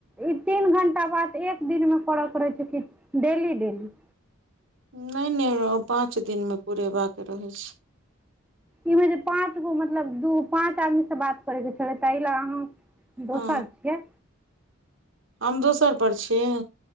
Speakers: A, in the centre; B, on the right (about 65°).
A: ई तीन घण्टा बात एक दिनमे करऽ परै छै की डेली डेली
B: नै नै ओपाँच दिनमे पुरेबाक रहै छै
A: ईमे जे पाँच गो मतलब दू पाँच आदमी से बात करेके छलै ताहि ला अहाँ
B: हँ
A: दोसर छियै
B: हम दोसर पर छीयै